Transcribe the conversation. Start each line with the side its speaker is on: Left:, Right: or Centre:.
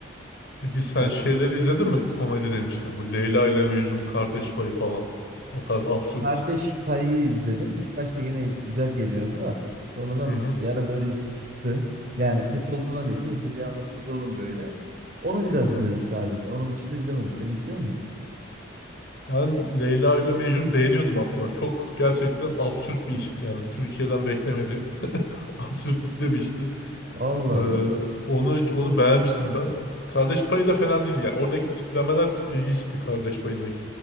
Left: Peki sen
Right: Evet.
Left: şeyleri izledin mi? Komedi demişken. Bu Leyla ile Mecnun kardeş payı falan. O tarz absürt.
Right: Kardeş Payı izledim. İlk başta gene güzel geliyordu da sonradan
Left: Hı hı.
Right: bir ara böyle bir sıktı. Yani kötü olduğuna değil. Niyeyse bir anda sıkıldım böyle. Onu biraz
Left: Hı.
Right: izledim sadece. Onun dışında izlemedim. Sen izliyor muydun?
Left: Ben Leyla ile Mecnun beğeniyordum aslında. Çok gerçekten absürt bir işti yani. Türkiye'den beklemediğim <laughs> absürtlükte bir işti.
Right: Allah
Left: Ee,
Right: Allah.
Left: onu onu beğenmiştim ben. Kardeş payı da fena değildi yani. Oradaki tiplemeler ilginçti kardeş payındaki.